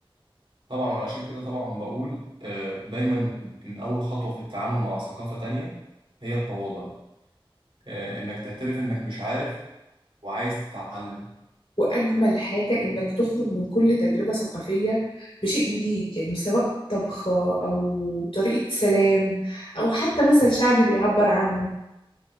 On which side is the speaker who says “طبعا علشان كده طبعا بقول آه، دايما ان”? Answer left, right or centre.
Right